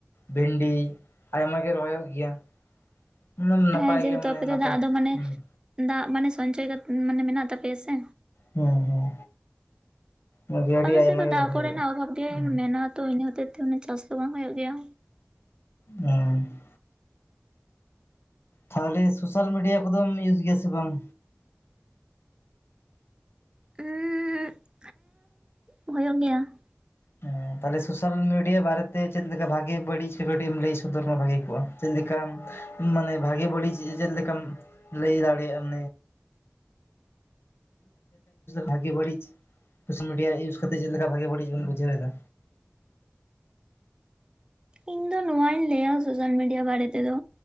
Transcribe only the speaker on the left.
ᱵᱷᱤᱱᱰᱤ ᱟᱭᱢᱟ ᱜᱮ ᱨᱚᱦᱚᱭᱚᱜ ᱜᱮᱭᱟ ᱱᱟᱯᱟᱭ
ᱜᱮ ᱢᱟᱱᱮ
ᱱᱟᱯᱟᱭ
ᱦᱩᱸ
ᱦᱮᱸ ᱦᱮᱸ ᱢᱟᱡᱷᱮ ᱟᱹᱰᱤ
ᱟᱭᱢᱟ
ᱜᱮ
ᱨᱚᱦᱚᱭ
ᱦᱩᱭᱩᱜᱼᱟ ᱦᱮᱸ
ᱦᱮᱸ ᱛᱟᱦᱚᱞᱮ ᱥᱳᱥᱟᱞ ᱢᱤᱰᱤᱭᱟ ᱠᱚᱫᱚᱢ ᱤᱭᱩᱡ ᱜᱮᱭᱟ ᱥᱮ ᱵᱟᱝ?
ᱦᱮᱸ ᱛᱟᱦᱚᱞᱮ ᱥᱳᱥᱟᱞ ᱢᱤᱰᱤᱭᱟ ᱵᱟᱨᱮ ᱛᱮ ᱪᱮᱫ ᱞᱮᱠᱟ ᱵᱷᱟᱜᱤ ᱵᱟᱹᱲᱤᱡ ᱠᱟᱹᱴᱤᱡ ᱮᱢ ᱞᱟᱹᱭ ᱥᱚᱫᱚᱨ ᱢᱟ ᱵᱷᱟᱜᱤ ᱠᱚᱜᱼᱟ? ᱪᱮᱫ ᱞᱮᱠᱟᱢ? ᱢᱟᱱᱮ ᱵᱷᱟᱜᱮ ᱵᱟᱹᱲᱤᱡ ᱪᱮᱫ ᱞᱮᱠᱟᱢ ᱞᱟᱹᱭ ᱫᱟᱲᱮᱭᱟᱜᱼᱟᱢ? ᱵᱷᱟᱜᱤ ᱵᱟᱹᱲᱤᱡ ᱥᱳᱥᱟᱞ ᱢᱤᱰᱤᱭᱟ ᱤᱭᱩᱡᱽ ᱠᱟᱛᱮ ᱪᱮᱫ ᱞᱮᱠᱟ ᱵᱷᱟᱜᱮ ᱵᱟᱹᱲᱤᱡ ᱵᱚᱱ ᱵᱩᱡᱷᱟᱹᱣ ᱮᱫᱟ?